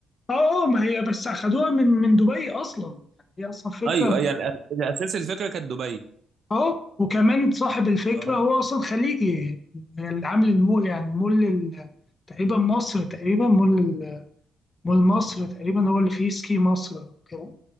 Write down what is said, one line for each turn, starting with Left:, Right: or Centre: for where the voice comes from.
Left: اه آه، ما هي بس اخدوها من من دبي اصلا يعني هي اصلا فكره
Right: ايوه ايوه يعني الأ- الاساس الفكره كانت دبي
Left: اه وكمان صاحب الفكرة
Right: اه
Left: هو أصلا خليجي العامل المو يعني مول ال- تقريبا مصر تقريبا مول ال- مول مصر تقريبا هو اللي فيه سكي مصر كده